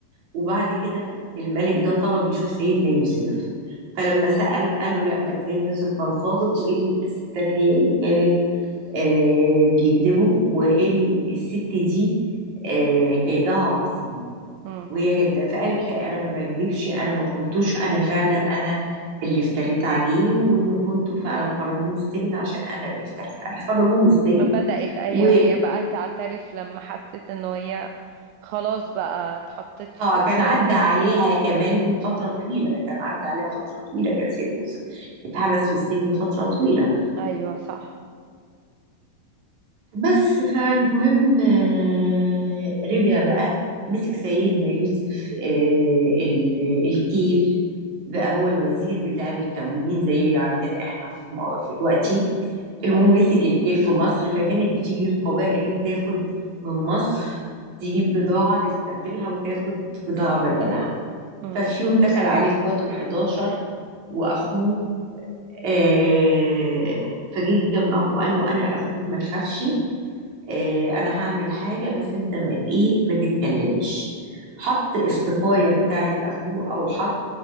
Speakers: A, on the right; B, on the right.
A: وبعد كده الملك ده طلب يشوف سيدنا يوسف فلما سأل قالوا لا ده سيدنا يوسف كان صادق وإن الستات هي اللي كانت آه، بيكذبوا وإن الست دي آه، كيدها عظيم
B: مم.
A: وهي كده فقالت لا أنا ما بكذبش أنا ما كنتوش أنا فعلا أنا اللي افتريت عليه وإنه كنتوا فعلا خرجوه من السجن عشان أنا اللي افتريت عليه خرجوه من السجن
B: بدأت ايوه
A: و
B: هي بقى تعترف لما حست انه هي خلاص بقى اتحطت في
A: اه كان
B: في
A: عدى عليها كمان فترة طويلة كان عدى عليها فترة طويلة كان سيدنا يوسف اتحبس في السجن فترة طويلة
B: ايوه صح
A: بس فالمهم آه، رجع بقى مسك سيدنا يوسف آه، ال- الكيل بقى
B: مم.
A: هو الوزير بتاع التموين زي عندنا احنا في م- في دلوقتي المهم
B: ايوه
A: مسك الكيل في مصر فكانت بتيجي القبائل تاخد من مصر تجيب بضاعة تستبدلها وتاخد بضاعة بدلها
B: امم
A: ففي يوم دخل عليه اخواته ال 11 واخوه آه فجه جنب اخوه قال له انا اخوك ما تخافش آه انا هعمل حاجه بس انت ما ت- ايه ما تتكلمش حط السقايه بتاعت اخوه او حط